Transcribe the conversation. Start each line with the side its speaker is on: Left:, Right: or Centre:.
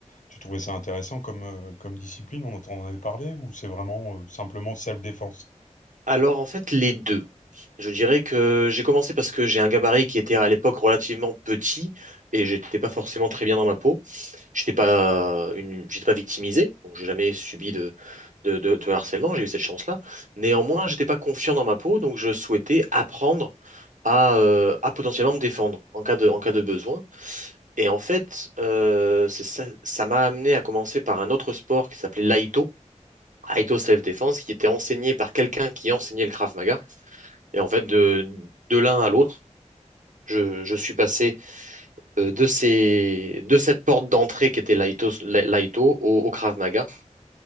Left: tu trouvais ça intéressant comme, euh, comme discipline? On en avait parlé ou c'est vraiment euh, simplement de self-défense?
Right: Alors en fait les deux. Je dirais que j'ai commencé parce que j'ai un gabarit qui était à l'époque relativement petit et j'étais pas forcément très bien dans ma peau. J'étais pas une, j'étais pas victimisé, donc j'ai jamais subi de, de, de- de harcèlement, j'ai eu cette chance-là. Néanmoins, j'étais pas confiant dans ma peau, donc je souhaitais apprendre à, euh, à potentiellement me défendre en cas de, en cas de besoin. Et en fait, euh, c'est ça, ça m'a amené à commencer par un autre sport qui s'appelait l'Aïto, Aïto Self Defense, qui était enseigné par quelqu'un qui enseignait le Krav Maga. Et en fait, de, de l'un à l'autre, je, je suis passé euh, de ces, de cette porte d'entrée qui était Laito, La- Laito au, au Krav Maga.